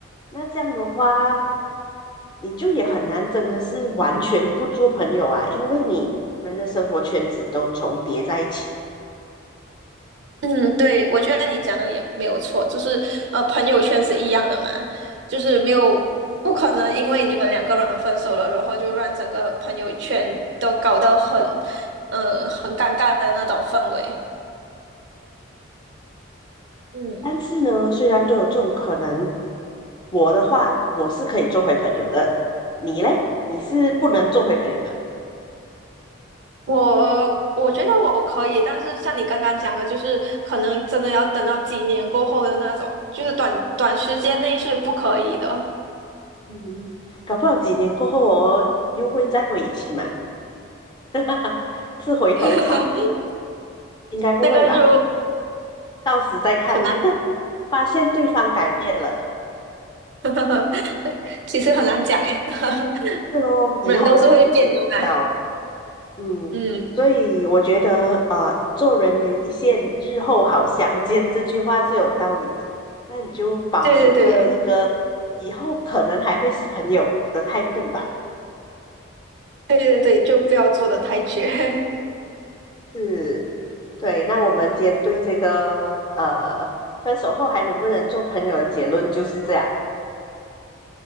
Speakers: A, on the left; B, on the right.
A: 那这样的话，你就也很难真的是完全不做朋友啊，因为你们的生活圈子都重叠在一起。
B: 嗯，对，我觉得你讲的也没有错，就是呃，朋友圈是一样的嘛，就是没有不可能因为你们两个人分手了，然后就让整个朋友圈都搞得很呃很尴尬的那种氛围。嗯，
A: 但是呢，虽然都有这种可能，我的话我是可以做回朋友的，你嘞？你是不能做回朋友的。
B: 我我觉得我可以，但是像你刚刚讲的，就是可能真的要等到几年过后的那种，就是短短时间内是不可以的，
A: 嗯，搞不好几年过后哦，又会再回一起嘛，<laughs> 是回头草，
B: <laughs>
A: 应该不会吧？
B: 那个就
A: 到时再看，
B: 很难，
A: <laughs> 发现对方改变了，
B: <laughs> 其实很难讲诶。<laughs>
A: 是咯，以后的事谁知道？
B: 人都是会变的嘛。
A: 嗯，
B: 嗯，
A: 所以我觉得，呃，做人留一线，日后好相见，这句话是有道理的。那你就保持着一个以后可能还会是朋友的态度吧。
B: 对对对对对对，就不要做的太绝。<laughs>
A: 是，对。那我们今天对这个呃，分手后还能不能做朋友的结论就是这样。